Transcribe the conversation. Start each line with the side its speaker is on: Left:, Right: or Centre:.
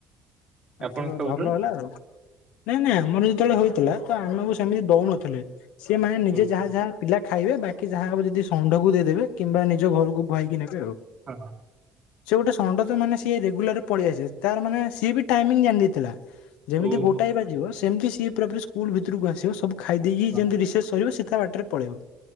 Left: ଏ
Right: ଆପଣ
Left: ତ
Right: ଖାଉଛନ୍ତି?
Left: ଭଲ ହେଲା ଆଉ। ନାଇଁ ନା ଆମର ଯେତେବେଳେ ହୋଇଥିଲା ତ ଆମକୁ ସେମିତି ଦଉନଥିଲେ, ସିଏ ମାନେ ନିଜେ
Right: ହଉ
Left: ଯାହା
Right: ହଉ
Left: ଯାହା ପିଲା ଖାଇବେ, ବାକି ଯାହା ହଡ ଯଦି ଷଣ୍ଢକୁ ଦେଇଦେବେ, କିମ୍ବା ନିଜ ଘରକୁ ଭୁଆଇକି ନେବେ ଆଉ।
Right: ହଁ।
Left: ସେ ଗୋଟେ ଷଣ୍ଢ ତ ମାନେ ସିଏ ରେଗୁଲାର ପଳେଇ ଆସେ ତାର ମାନେ ସିଏ ବି ଟାଇମିଙ୍ଗ ଜାଣିଦେଇଥିଲା। ଯେମିତି
Right: ଓହୋ!
Left: ଗୋଟାଏ ବାଜିବ ସେମିତି ସିଏ ପୁରା ପୁରି ସ୍କୁଲ ଭିତରକୁ ଆସିବ ସବୁ ଖାଇ ଦେଇକି
Right: ହଁ,
Left: ଯେମତି ରିସେଷ କରିବ ସି ତା ବାଟରେ ପଳେଇବ